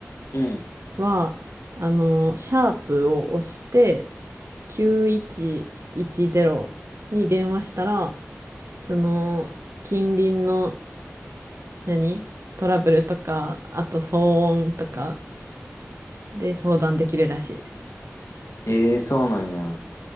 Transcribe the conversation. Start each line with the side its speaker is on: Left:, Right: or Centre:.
Left: うん。
Right: は、あの、シャープを押して9110に電話したら、その、近隣の何トラブルとか、あと騒音とかで相談できるらしい。
Left: ええ、そうなんや。